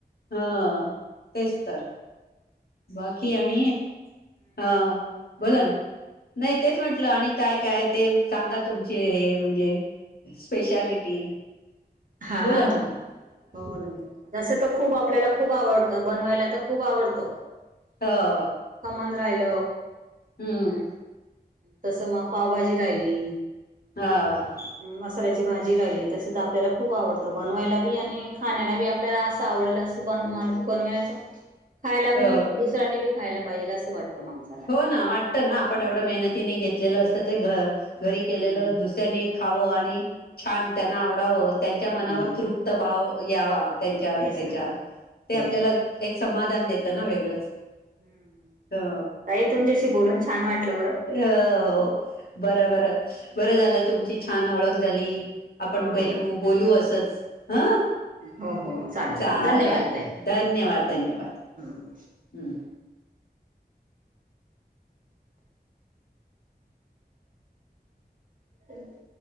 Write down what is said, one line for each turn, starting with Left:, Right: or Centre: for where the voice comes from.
Left: हा तेच तर बाकी आणि हा बोला ना नाही तेच म्हंटलं आणि काय काय ते सांगा तुमचे हे म्हणजे स्पेशालिटी
Right: हा
Left: बोला ना
Right: हो ना तसं तर खूप आपल्याला खूप आवडत बनवायला तर खूप आवडतो
Left: हा
Right: खमण राहिल
Left: हम्म
Right: तसं मग पावभाजी राहिली
Left: हा
Right: मसाल्याची भाजी राहिली तसच आपल्यालाप खूप आवडतं बनवायला बी आणि खाण्याला बी आपल्याला असं आवडलं असं बन बनवायच खायला
Left: ह
Right: बी दुसऱ्यांनी बी खायला पाहिजेल असं वाटतं माणसं
Left: हो ना वाटतं ना आपण एवढं मेहनतीनी घेतलेलं असतं ते घ घरी केलेलं
Right: हम्म
Left: दुसऱ्यांनी खावं आणि छान त्यांना आवडावं त्यांच्या मनावर
Right: हम्म
Left: तृप्त भाव यावा त्यांच्या
Right: तेच
Left: ह्याच्या
Right: ना
Left: ते
Right: तेच
Left: आपल्याला
Right: ना
Left: एक समाधान देत ना वेगळंच
Right: हम्म
Left: ह
Right: ताई तुमच्याशी बोलून छान वाटलं बरं
Left: अ हो बरं बर बरं झालं तुमची छान ओळख झाली आपण
Right: हो
Left: बलू
Right: हो
Left: बोलू असंच हा
Right: हो हो
Left: चालेल
Right: धन्यवाद ताई
Left: धन्यवाद धन्यवाद
Right: हम्म
Left: हम्म
Right: ह्